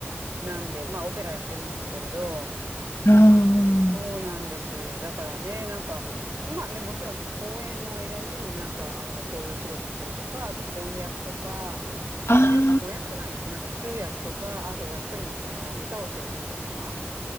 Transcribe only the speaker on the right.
なんで、まあ、オペラやってるんですけれど、
そうなんです。だからね、なんか、まあね、もちろんその公演の間に、なんか、あの、こういうお仕事したりとか、あと翻訳とか、
翻訳、あ、翻訳じゃないな、ごめんなさい、通訳とか、あとやっぱり、あの、歌を教えたりとか。